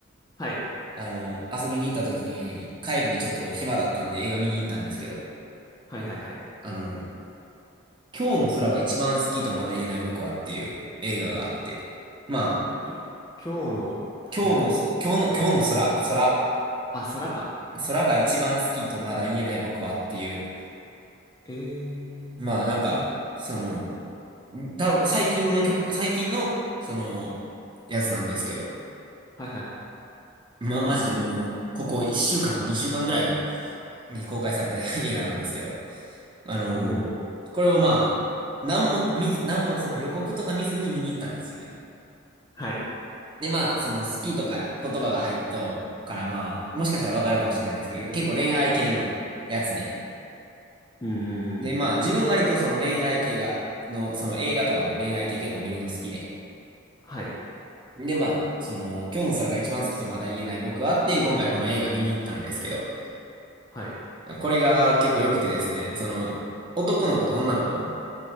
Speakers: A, on the left; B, on the right.
A: はい、
B: あの、遊びに行った時に、帰りにちょっと暇だったんで映画見に行ったんですけど、
A: はいはいはい。
B: あの、今日の空が一番好きとまだ言えない僕はっていう映画があって、まあ、
A: きゅ今日のフラ
B: 今日のそ、今日の、今日の空、空、
A: あ、空か。
B: 空が一番好きとまだ言えない僕はっていう、
A: えー、
B: まあなんか、
A: 初めて。
B: その、多分最近の曲、最近の、その、やつなんですけど、
A: はいはいは
B: ま、
A: い。え
B: マジでもう、ここ1週間か2週間ぐらいのに公開された <laughs> 映画なんですけど、あのー
A: ー、おー、
B: これをまあ、何も見ず、何もその予告とか見ずに見に行ったんですよね。
A: はい。
B: でまあ、その好きとか言葉が入ったからまあ、もしかしたらわかるかもしれないですけど、結構恋愛系のやつで。
A: うんうん
B: でまあ、自分割とその恋愛系が、その、その映画とかも恋愛系結構見るの好きで。
A: はい。
B: でまあ、その、今日の空が一番好きとまだ言えない僕はっていう今回この映画見に行ったんですけど、
A: はい。
B: これが結構良くてですね、その、男の子と女の子
A: も